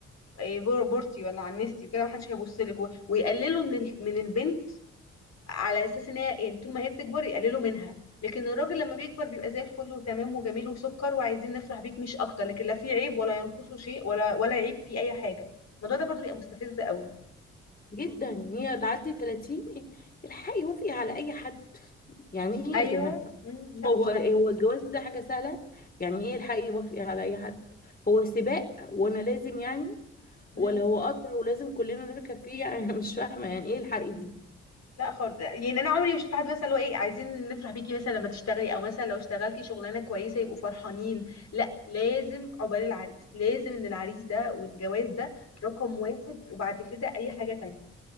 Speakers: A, on the left; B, on the left.
A: إيه، بور- بورتي ولا عنستي وكده محدش هيبص لك و- ويقللوا من ال- من البنت على اساس ان هي يعني طول ما هي بتكبر يقللوا منها لكن الراجل لما بيكبر بيبقى زي الفل وتمام وجميل وسكر وعايزين نفرح بيك مش اكتر لكن لا في عيب ولا ينقصه شيء ولا ولا عيب في اي حاجه الموضوع ده برضو بيبقى مستفز قوي
B: جدا هي تعدي 30 إيه؟ الحقي وافقي على اي حد يعني ايه
A: ايوه
B: يا جماعه
A: امم لا
B: هو
A: طبعا
B: هو الجواز ده حاجة سهلة يعني ايه الحق يوافق على اي حد هو سباق وانا لازم يعني
A: امم
B: ولا هو قطر ولازم كلنا نركب فيه <laughs> يعني أنا مش فاهمة يعني ايه الحق دي
A: لا خالص يعني انا عمري ما شفت حد مثلا اللي هو ايه عايزين نفرح بيكي مثلا لما تشتغلي او مثلا لو اشتغلتي شغلانه كويسه يبقوا فرحانين لا لازم عقبال العريس لازم ان العريس ده والجواز ده رقم واحد وبعد كده اي حاجه تانية